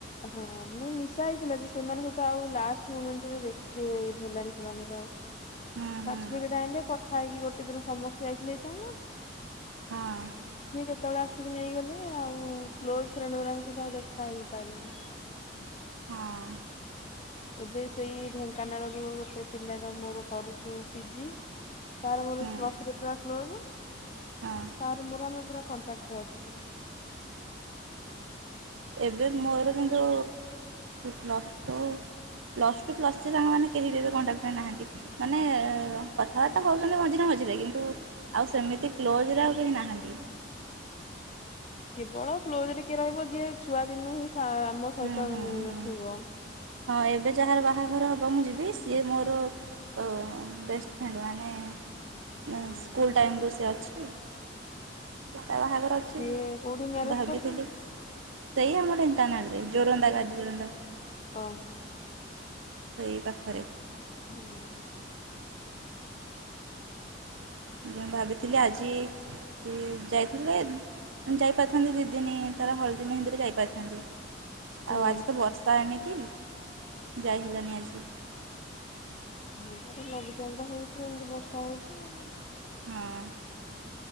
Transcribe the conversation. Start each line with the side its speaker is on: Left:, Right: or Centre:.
Left: ହଁ ନାଇଁ ମିଶାହେଇଥିଲା ସେମାନଙ୍କ ସହିତ ଆଉ ଲାଷ୍ଟ ମୁମେଣ୍ଟରେ ଦେଖି ହେଇଲାନି। ସେମାନଙ୍କୁ ଆଉ
Right: ହୁଁ
Left: ସାଟିପିକେଟ୍
Right: ହୁଁ
Left: ଆଣିଲେ କଥା ହେଇକି ଗୋଟେ ଦିନ ସମସ୍ତେ ଯାଇଥିଲେ ହେଇଥାନ୍ତା।
Right: ହଁ
Left: କିଏ କେତେବେଳେ ଆସିକି ନେଇଗଲେ ଆଉ କ୍ଲୋଜ୍ ଫ୍ରେଣ୍ଡ ଗଙ୍କ ସହିତ ଆଉ ଦେଖା ହେଇ ପାଇଲାନି।
Right: ହଁ।
Left: ଏବେ ସେଇ ଢେଙ୍କାନାଳରୁ ଗୋଟେ ପିଲାର ମୋର କରୁଛୁ ପିଜି। ତାର ମୋର
Right: ହୁଁ
Left: ପ୍ଲସ୍ ପୁରା କ୍ଲୋଜ୍
Right: ହଁ।
Left: ତାର ମୋର ଆମେ ପୁରା କଣ୍ଟ୍ରାକ୍ଟର୍ ଅଛୁ।
Right: ଏବେ ମୋର କିନ୍ତୁ plus two plus two plus three ସାଙ୍ଗମାନେ କେହି ବି ଏବେ କଣ୍ଟ୍ରାକ୍ଟର୍ ନାହାନ୍ତି। ମାନେ କଥାବାର୍ତ୍ତା ହେଉଛନ୍ତି ମଝିରେ-ମଝିରେ କିନ୍ତୁ ଆଉ ସେମିତି କ୍ଲୋଜ୍ ରେ ଆଉ କେହି ନାହାନ୍ତି।
Left: କେବଳ କ୍ଲୋଜ ରେ କିଏ ରହିବ ଯିଏ ଛୁଆ ଦିନୁ ହିଁ ସାର୍ ଆମ
Right: ହୁଁ
Left: ସହିତ
Right: ହୁଁ ହୁଁ
Left: ନଥିବ।
Right: ହଁ ଏବେ ଯାହାର ବାହାଘର ହବ ମୁଁ ଯିବି ସିଏ ମୋର ଓ ବେଷ୍ଟ ଫ୍ରେଣ୍ଡ ମାନେ
Left: ହଁ
Right: ହୁଁ ସ୍କୁଲ୍ ଟାଇମରୁ ସେ ଅଛି। ତା ବାହାଘର ଅଛି
Left: ସିଏ
Right: ମୁ
Left: କୋଉଠି ମ୍ୟାରେଜ
Right: ଭାବିଥିଲି।
Left: କରୁଛନ୍ତି?
Right: ସେଇଆ ମୋର ଢେଙ୍କାନାଲରେ ଜୋରନ୍ଦାବାତ୍ ଜୋରନ୍ଦା।
Left: ଓହୋ।
Right: ସେଇ ପାଖରେ
Left: ହୁଁ ହୁଁ।
Right: ମୁଁ ଭାବିଥିଲି ଆଜି। କି ଯାଇଥିଲେ ଯାଇପାରିଥାନ୍ତି ଦିଦିନ ତାର ହଳଦୀ ମେହେନ୍ଦୀରେ ଯାଇପାରିଥାନ୍ତି।
Left: ହୁଁ।
Right: ଆଉ ଆଜି ତ ବର୍ଷା ଏମିତି ଯାଇ ହେଲାନି ଆଜି।
Left: ହଁ ତ ତ ଲଘୁଚାପଟା ହଉଛି ଏମିତି ବର୍ଷା ହଉଛି। ଆଉ
Right: ହଁ